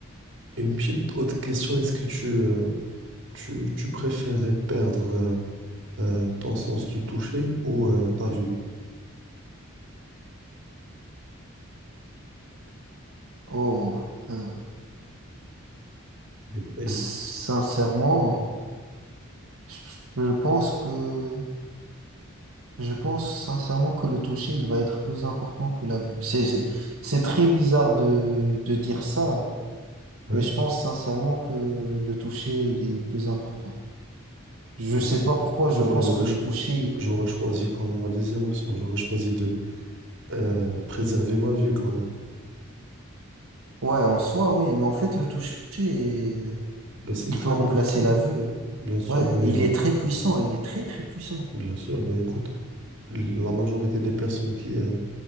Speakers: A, on the right (about 60°); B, on the right (about 80°).
A: Une petite autre question, est-ce que tu, euh, Tu, tu préférerais perdre euh, euh, ton sens du toucher ou euh, ta vue?
B: Oh, euh,
A: Elle est- elle
B: sincèrement,
A: est-
B: je, je pense que je pense sincèrement que le toucher, il va être plus important que la vue. C'est, c'est c'est très bizarre de, de dire ça.
A: Ouais.
B: Mais je pense sincèrement que le toucher, il est plus important. Je
A: Bon,
B: sais pas pourquoi, je
A: moi,
B: pense
A: j'aurais
B: que
A: cho-
B: le toucher,
A: j'aurais choisi quand même la deuxième option. J'aurais choisi de euh, préserver ma vue quand même.
B: ouais, en soi, oui, mais en fait, le toucher, euh,
A: Ben, c'est
B: il
A: très
B: peut remplacer
A: important,
B: la vue. euh.
A: bien sûr,
B: Ouais,
A: mais
B: et
A: euh,
B: il est très puissant, il est très très puissant.
A: bien sûr, ben, écoute, la majorité des personnes qui, euh,